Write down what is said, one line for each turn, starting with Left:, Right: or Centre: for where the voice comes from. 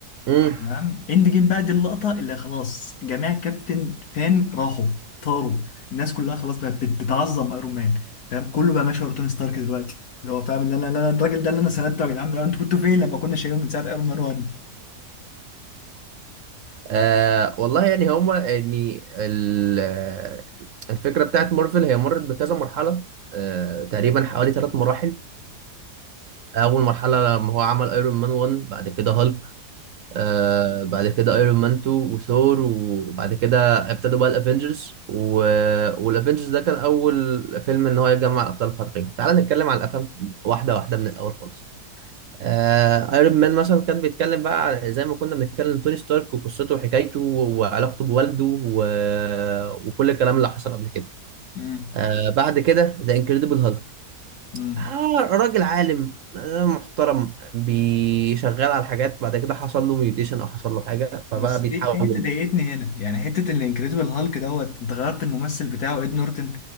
Right: امم
Left: تمام اند جيم بقى دي اللقطه اللي خلاص جميع كابتن فان راحوا طاروا الناس كلها خلاص بقت بت- بتعظم ايرون مان فاهم كله بقى ماشي ورا توني ستارك دلوقتي اللي هو فاهم اللي انا اللي أنا- الراجل ده اللي انا سندته يا جدعان انتوا كنتوا فين لما كنا شايلينه من ساعه ايرون مان 1
Right: آه والله يعني هم يعني ال- آه، الفكرة بتاعت مارفل هي مرت بكذا مرحلة آه تقريبا حوالي ثلاث مراحل اول مرحلة لما هو عمل ايرون مان 1 بعد كده هالك آه بعد كده ايرون مان 2 وثور وبعد كده ابتدوا بقى الافنجرز و... والافنجرز ده كان اول فيلم ان هو يجمع الابطال الخارقين تعال نتكلم على الافلام واحده واحده من الاول خالص آه ايرون مان مثلا كان بيتكلم بقى على- زي ما كنا بنتكلم توني ستارك وقصته وحكايته وعلاقته بوالده و... وكل الكلام اللي حصل قبل كده
Left: مم.
Right: آه بعد كده ذا انكريدبل هالك
Left: مم.
Right: آه راجل عالم آه، محترم بيشغل على حاجات بعد كده حصل له ميوتيشن او حصل له حاجه
Left: بس
Right: فبقى بيتحول
Left: في في حته ضايقتني هنا يعني حته ان انكريدبل هالك دوت انت غيرت الممثل بتاعه اد نورتن